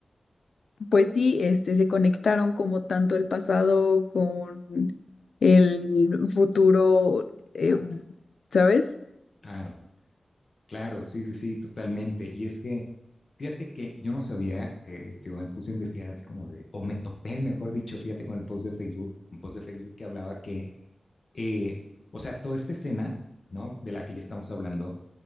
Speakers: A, on the left (about 80°); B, on the left (about 45°).
A: pues sí, este, se conectaron como tanto el pasado con el futuro, eh,
B: Exacto.
A: ¿sabes?
B: Claro, claro. Sí, sí, sí, totalmente. Y es que, fíjate que yo no sabía, eh, que me puse a investigar así como de, o me topé, mejor dicho, fíjate con el post de Facebook, un post de Facebook que hablaba que, eh, o sea, toda esta escena, ¿no? De la que ya estamos hablando,